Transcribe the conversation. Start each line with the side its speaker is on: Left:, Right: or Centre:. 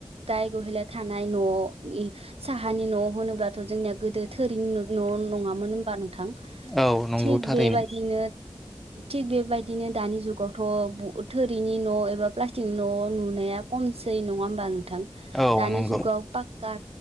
Right: गाय गहला थानाय न'वाव साहानि न' होनोब्लाथ' जोंनिया गोदो थोरिनि न' नङामोन होमबा नोंथां
Centre: औ नंगौ
Right: थिग
Centre: थारैनो
Right: बेबायदिनो थिग बेबायदिनो दानि जुगावथ' थोरिनि न' एबा प्लास्टिकनि न' नुनाया खमै नङा होमबा नोंथां
Centre: औ
Right: दानि
Centre: नंगौ
Right: जुगाव पाका